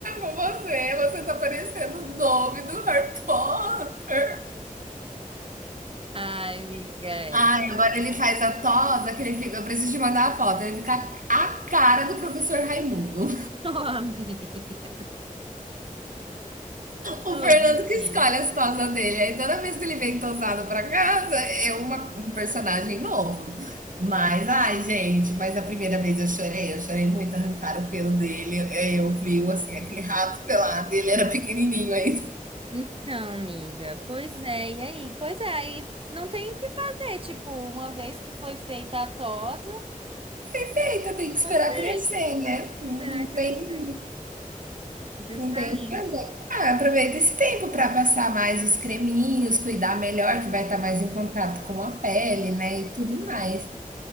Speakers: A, on the right; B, on the right.
A: fizeram com você? Você tá parecendo o Dobby do Harry Potter.
B: Ai, amiga, é.
A: Ai,
B: <laughs>
A: agora ele faz a tosa que ele fica. Eu preciso te mandar a foto. Ele fica a cara do professor Raimundo.
B: Ô, amiga.
A: O
B: Ô,
A: Fernando
B: bichinho.
A: que escolhe as tosas dele. Aí toda vez que ele vem tosado pra casa, é uma- um personagem novo. Mas, ai, gente, mas a primeira vez eu chorei, eu chorei muito, arrancaram o pelo dele, aí eu vi, assim, aquele rato pelado, ele era pequenininho ainda.
B: Então, amiga, pois é, e aí? Pois é, aí não tem o que fazer, tipo, uma vez que foi feita a tosa,
A: Eita, tem que
B: foi
A: esperar
B: feita,
A: crescer, né?
B: esperar
A: Não, não
B: crescer.
A: tem,
B: Justamente.
A: não tem o que fazer. Ah, aproveita esse tempo para passar mais os creminhos, cuidar melhor, que vai estar mais em contato com a pele, né, e tudo mais.